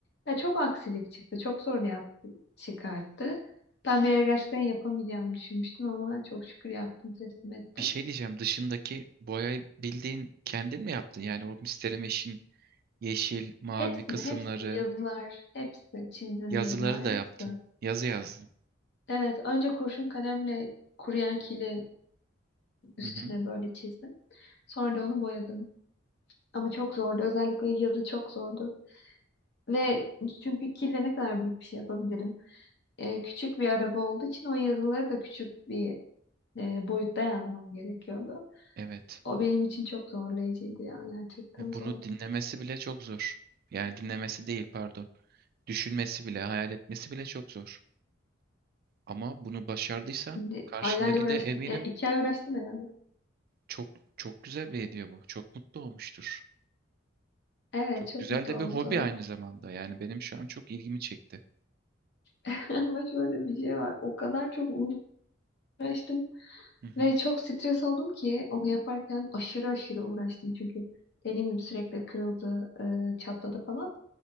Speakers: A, on the left; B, on the right.
A: Ya çok aksilik çıktı, çok sorun yaptı, çıkarttı. Ben bir ara gerçekten yapamayacağımı düşünmüştüm ama çok şükür yaptım, teslim ettim.
B: bir şey diyeceğim. Dışındaki boyayı bildiğin kendin mi yaptın? Yani o Mr. Mesh'in yeşil, mavi
A: Hepsini,
B: kısımları,
A: hepsini, yazılar, hepsi, çizim
B: yazıları
A: yazılar,
B: da
A: hepsi.
B: yaptın. Yazı yazdın.
A: Evet, önce kurşun kalemle kuruyan kili üstüne
B: Hı hı.
A: böyle çizdim. Sonra da onu boyadım. Ama çok zordu, özellikle yazı çok zordu. Ve çünkü kille ne kadar büyük bir şey yapabilirim? e, küçük bir araba olduğu için o yazıları da küçük bir e, boyutta yazmam gerekiyordu.
B: Evet.
A: O benim için çok zorlayıcıydı yani gerçekten
B: E,
A: zordu.
B: Bunu dinlemesi bile çok zor. Yani dinlemesi değil pardon. Düşünmesi bile, hayal etmesi bile çok zor. Ama bunu başardıysan
A: Şimdi
B: karşındaki
A: aylarca uğraştım.
B: de eminim
A: Yani iki ay uğraştım herhalde.
B: çok çok güzel bir hediye bu. Çok mutlu olmuştur.
A: Evet
B: Çok
A: çok
B: güzel
A: mutlu
B: de
A: oldu.
B: bir hobi aynı zamanda. Yani benim şu an çok ilgimi çekti.
A: <laughs> Ama şöyle bir şey var. O kadar çok uğraştım
B: Hı hı.
A: ve çok stres oldum ki onu yaparken aşırı aşırı uğraştım. Çünkü dediğim gibi sürekli kırıldı, e, çatladı falan.